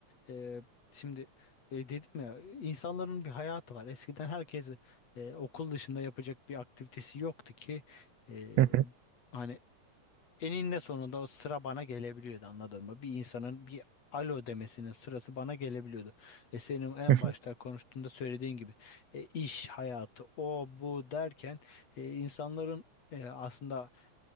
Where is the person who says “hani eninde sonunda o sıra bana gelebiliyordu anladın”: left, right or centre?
Left